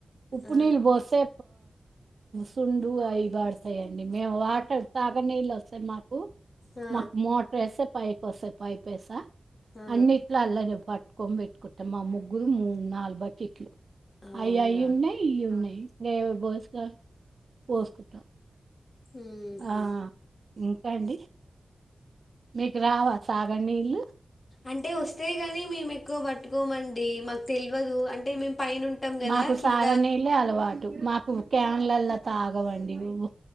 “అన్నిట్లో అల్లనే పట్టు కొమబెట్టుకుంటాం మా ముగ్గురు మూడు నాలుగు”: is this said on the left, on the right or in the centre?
Right